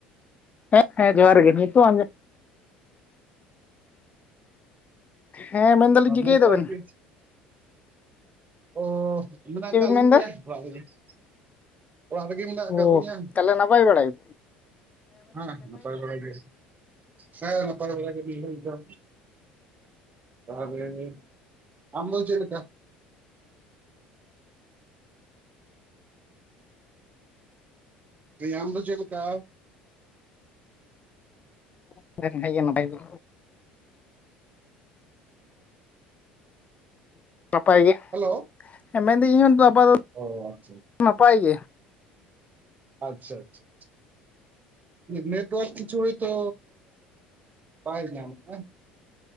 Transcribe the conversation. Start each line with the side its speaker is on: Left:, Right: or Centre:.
Left: ᱦᱮᱸ ᱦᱮᱸ ᱡᱚᱦᱟᱨ ᱜᱮ ᱱᱤᱛᱚᱜ ᱟᱸᱡᱚᱢ ᱦᱮᱸ ᱢᱮᱱᱫᱟᱞᱤᱧ ᱪᱤᱠᱟᱹᱭ
Right: ᱱᱮᱴᱣᱟᱨᱠ
Left: ᱮᱫᱟ ᱵᱮᱱ
Right: ᱚ ᱢᱮᱱᱟᱜ
Left: ᱪᱮᱫ
Right: ᱠᱟᱜ
Left: ᱵᱮᱱ
Right: ᱞᱤᱧ
Left: ᱢᱮᱱᱫᱟ
Right: ᱜᱮᱭᱟ ᱚᱲᱟᱜ ᱨᱮᱜᱮ ᱚᱲᱟᱜ ᱨᱮᱜᱮ ᱢᱮᱱᱟᱜ ᱟᱠᱟᱫ
Left: ᱚ
Right: ᱞᱤᱧᱟ
Left: ᱛᱟᱦᱚᱞᱮ ᱱᱟᱯᱟᱭ ᱵᱟᱲᱟ ᱜᱮ
Right: ᱦᱮᱸ ᱱᱟᱯᱟᱭ ᱵᱟᱲᱟ ᱜᱮ ᱦᱮᱸ ᱱᱟᱯᱟᱭ ᱵᱟᱲᱟ ᱜᱮ ᱱᱤᱭᱟᱹ ᱜᱷᱟᱹᱲᱤᱡ ᱫᱚ ᱛᱟᱦᱚᱞᱮ ᱟᱢ ᱫᱚ ᱪᱮᱫ ᱞᱮᱠᱟ <unintelligible> ᱟᱢ ᱫᱚ ᱪᱮᱫ ᱞᱮᱠᱟ
Left: <unintelligible> ᱦᱮᱸ ᱜᱮᱭᱟ ᱱᱟᱯᱟᱭ ᱜᱮ <unintelligible> ᱱᱟᱯᱟᱭ ᱜᱮ
Right: ᱦᱮᱞᱳ
Left: ᱢᱮᱱᱫᱟᱹᱧ ᱤᱧ ᱦᱚᱸ ᱟᱯᱟ
Right: ᱚ ᱟᱪᱪᱷᱟ
Left: ᱱᱟᱯᱟᱭ ᱜᱮ
Right: ᱟᱪᱪᱷᱟ ᱟᱪᱪᱷᱟ ᱱᱮᱴᱚᱣᱟᱨᱠ ᱠᱤᱪᱷᱩ ᱦᱚᱭᱛᱳ ᱵᱟᱭ ᱧᱟᱢᱫᱟ